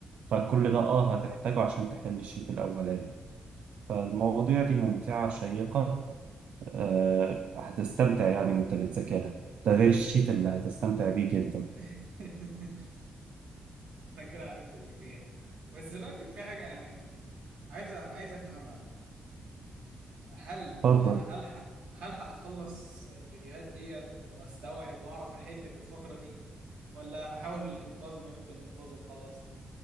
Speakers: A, on the right; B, on the right.
A: فكل ده اه هتحتاجه عشان تحل الشيت الأولاني فالمواضيع دي ممتعة شيقة آه، هتستمتع يعني وانت بتذاكرها ده غير الشيت اللي هتستمتع بيه جدا
B: <laughs> انا كده عرفت اللي فيها بس دلوقتي في حاجة يعني عايزة عايزة افهمها هل
A: تفضل
B: هلحق هلحق اخلص الفيديوهات دي واستوعب واعرف احل في الفترة دي ولا انا احاول الانقاذ ما يمكن انقاذه وخلاص